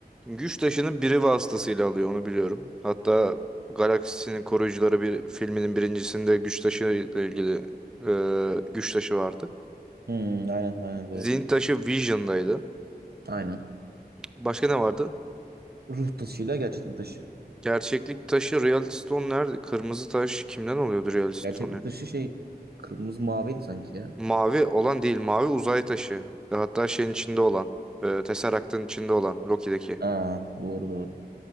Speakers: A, in the centre; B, on the right.
A: Güç taşını biri vasıtasıyla alıyor onu biliyorum. Hatta Galaksinin Koruyucuları bir filminin birincisinde güç taşı ile ilgili e, güç taşı vardı.
B: Hmm, aynen aynen doğru.
A: Zihin taşı Vision'daydı.
B: Aynen.
A: Başka ne vardı?
B: Ruh taşıyla gerçeklik taşı.
A: Gerçeklik taşı Reality Stone nerede? Kırmızı taş kimden oluyordu Reality Stone'u?
B: Gerçeklik taşı şey kırmızı maviydi sanki ya.
A: Mavi olan değil, mavi uzay taşı. Hatta şeyin içinde olan, e, Tesseract'ın içinde olan Loki'deki.
B: Aa doğru doğru.